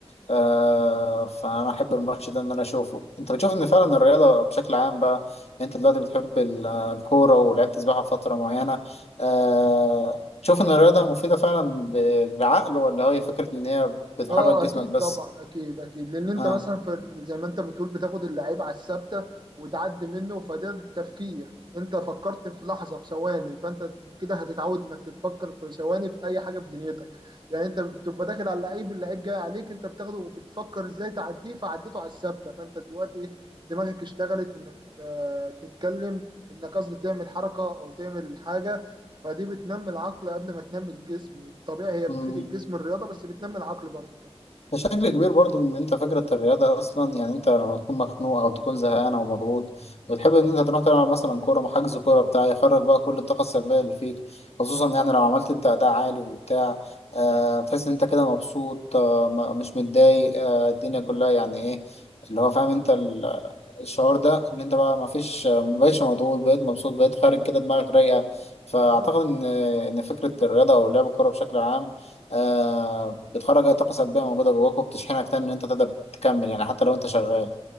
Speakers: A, on the left (about 70°); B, on the right (about 45°).
A: آه فانا احب الماتش ده ان انا اشوفه انت بتشوف ان فعلا الرياضه بشكل عام بقى يعني انت دلوقتي بتحب ال- الكوره ولعبت سباحه فتره معينه آه تشوف ان الرياضه مفيده فعلا ب- للعقل ولا هي فكره ان هي بتحرك
B: اه
A: جسمك
B: اكيد
A: بس
B: طبعا اكيد اكيد لان انت
A: اه
B: مثلا في زي ما انت بتقول بتاخد اللعيب على الثابته وتعدي منه فده تفكير انت فكرت في لحظه في ثواني فانت كده هتتعود انك تتفكر في ثواني في اي حاجه في دنيتك يعني انت بتبقى داخل على اللعيب اللعيب جاي عليك انت بتاخده وبتفكر ازاي تعديه فعديته على الثابته فانت دلوقتي إيه، دماغك اشتغلت انك آه، تتكلم انك قصدي تعمل حركه او تعمل حاجه فدي بتنمي العقل قبل ما تنمي الجسم طبيعي هي بتفيد
A: مم.
B: الجسم الرياضه بس بتنمي العقل برضه
A: بشكل كبير برضو ان انت فكرة الرياضة اصلا يعني انت لما تكون مخنوق او تكون زهقان او مضغوط بتحب ان انت تروح تلعب مثلا كورة حجز كورة بتاع يخرج بقى كل الطاقة السلبية اللي فيك خصوصا يعني لو عملت انت اداء عالي وبتاع آه بتحس ان انت كده مبسوط آه م- مش متضايق آه الدنيا كلها يعني ايه اللي هو فاهم انت ال- الشعور ده ان انت بقى ما فيش مبقتش مضغوط بقيت مبسوط بقيت خارج كده دماغك رايقة فاعتقد
B: بالظبط
A: ان ان فكرة الرياضة او لعب الكورة بشكل عام آه، بتخرج اي طاقه سلبيه موجوده جواك وبتشحنك تاني ان انت تقدر تكمل يعني حتى لو انت شغال